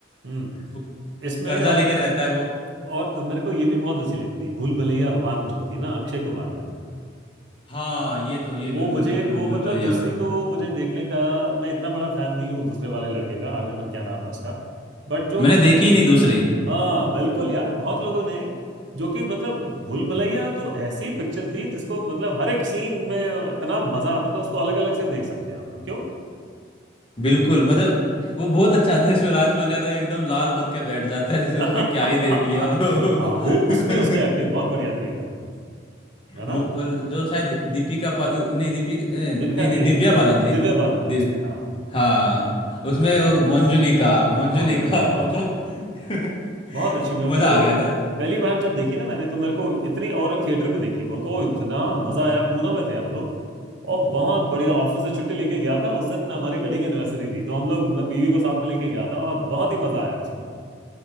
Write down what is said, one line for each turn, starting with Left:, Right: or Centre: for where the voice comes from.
Right: हम्म
Left: वो
Right: इसमें
Left: कर्जा
Right: हाँ
Left: लेके रहता है वो
Right: और मेरे को ये भी बहुत अच्छी लगती भूल भुलैया वन जो थी ना अक्षय कुमार वाली
Left: हाँ ये
Right: हाँ,
Left: तो ये
Right: वो
Left: बिल्कुल
Right: मुझे
Left: बिल्कुल
Right: वो
Left: भूल
Right: मतलब
Left: भुलैया
Right: दूसरी
Left: वो
Right: तो मुझे देखने का मैं इतना बड़ा फैन नहीं हूँ दूसरे वाले लड़के का आर्यमन क्या नाम है उसका बट जो
Left: मैंने देखी ही नहीं दूसरी
Right: हाँ बिल्कुल यार बहुत लोगों ने जो कि मतलब भूल भुलैया तो ऐसी पिक्चर थी जिसको मतलब हर एक सीन में इतना मजा आता था उसको अलग अलग से देख सकते हैं हम लोग क्यों
Left: बिल्कुल मतलब वो बहुत अच्छा था जिसमें राजपाल यादव एकदम लाल बन के बैठ जाता है जैसे
Right: <laughs>
Left: उसने क्या ही देख
Right: हाँ
Left: लिया हो।
Right: वो उसमें उसकी एक्टिंग
Left: <laughs>
Right: बहुत बढ़िया थी एकदम है ना
Left: मो- और जो शायद दीपिका पादु नहीं दीपिका ए, नहीं
Right: दीपिका नहीं
Left: नहीं दिव्या
Right: वो-
Left: बालन थी
Right: दिव्या बालन थी
Left: दिव्य
Right: उसमें हाँ
Left: हाँ
Right: हाँ,
Left: उसमें
Right: दिव्या
Left: वो मंजुलिका मंजुलिका
Right: कॉन्जरिंग
Left: <laughs> मतलब <laughs>
Right: बहुत अच्छी मैं मेरे
Left: मजा
Right: को
Left: आ गया था
Right: पहली बार जब देखी ना मैंने तो मेरे को इतनी और थिएटर में देखी वो तो इतना मजा आया पूना में थे हम लोग और बहुत बढ़िया ऑफिस से छुट्टी लेके गया था उस दिन हमारी वेडिंग एनिवर्सरी थी तो हम लोग मैं बीवी को साथ में लेके गया था और बहुत ही मजा आया उसमें